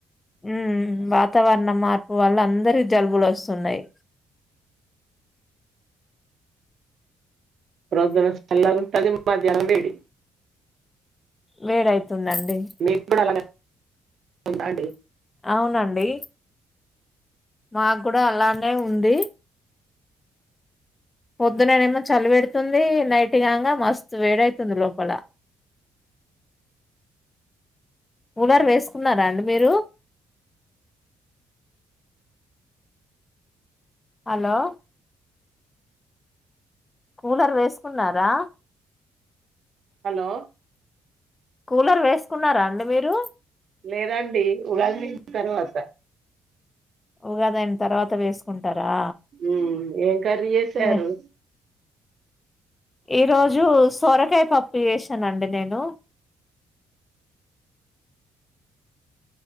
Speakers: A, on the left (about 25°); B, on the right (about 55°).
A: హుహ్ వాతావరణం మార్పు వల్లా అందరికి జలుబులు వస్తున్నయి.
B: ప్రొదున్న నుంచి చల్లగా ఉంటది. మధ్యానం వేడి.
A: వేడైతుందండి.
B: మీకు కూడా అలానే ఉందా అండి.
A: అవునండి. మాకు కూడా అలానే ఉంది. పొద్దుననే ఏమో చలి పెడుతుంది, నైట్ కాంగా మస్తు వేడైతుంది లోపల. కూలర్ వేసుకున్నారా అండి మీరు. హలో కూలర్ వేసుకున్నారా?
B: హలో
A: కూలర్ వేస్ కున్నారా అండి మీరు.
B: లేదండి ఉగాది తర్వాత
A: ఉగాది అయి న తర్వాత వేసుకుం టరా
B: ఉమ్ ఏం కర్రీ చేసారు
A: ఏ ఈ రోజు సోర కాయ పప్పు చేేశానండి నేను.